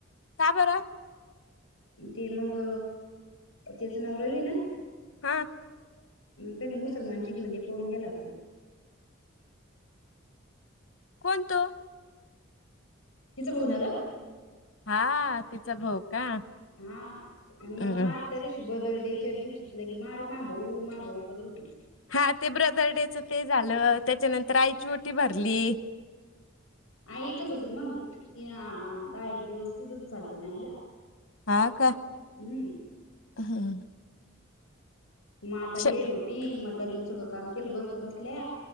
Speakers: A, on the left (about 70°); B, on the left (about 90°).
A: का बर.
B: ते मग त्याचं नाव रवी ना.
A: हा.
B: त्यांनी मुसलमानची घेऊन पळून गेला.
A: कोणतो?
B: तिथं बघू नाग.
A: हा तिचा भाऊ का.
B: हा म
A: हम्म.
B: मग मारते दिवशी बदर्डी दिवशी की म मा भाऊ मा भाऊ करत होती.
A: हा ते ब्रदर डेच ते झालं त्याच्यानंतर आईची ओटी भरली.
B: आई इ तच होती मग तीन दहा एक दिवस ती दच चालते ना आईला.
A: हा का
B: हम्म
A: हम्म.
B: मग आता येईल
A: श
B: होती मग तरीने सगळं काम केलं बसलं बसल्या